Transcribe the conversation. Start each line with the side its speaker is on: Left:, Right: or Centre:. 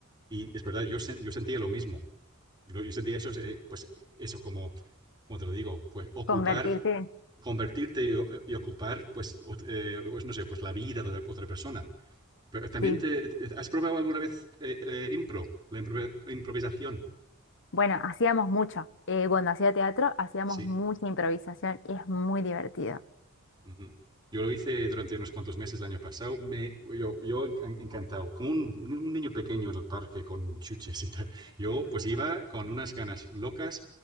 Right: Y es verdad, yo, sen- yo sentía lo mismo. Lo- Yo sentía eso, eh, pues eso como, como te lo digo, pues ocupar,
Left: Convertirte,
Right: convertirte y, o- y ocupar, pues, ot- eh, pues, no sé, pues la vida de otra persona. Pero también
Left: sí.
Right: te, te- ¿has probado alguna vez eh, eh, impro, la improve- improvisación?
Left: Bueno, hacíamos mucho. Eh, cuando hacía teatro, hacíamos
Right: Sí.
Left: mucha improvisación y es muy divertido.
Right: Ujú. Yo lo hice durante unos cuantos meses el año pasado. Me, yo, yo enc- encantado, como un, un niño pequeño en el parque con chuches y tal. Yo pues iba con unas ganas locas,